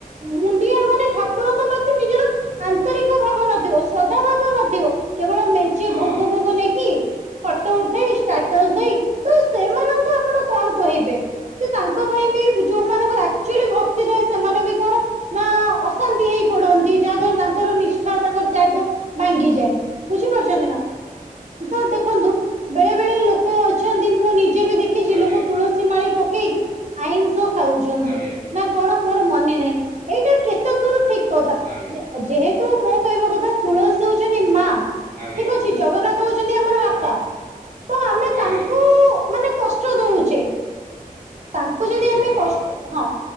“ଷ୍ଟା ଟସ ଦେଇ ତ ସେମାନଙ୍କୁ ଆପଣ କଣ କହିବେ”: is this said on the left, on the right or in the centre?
Right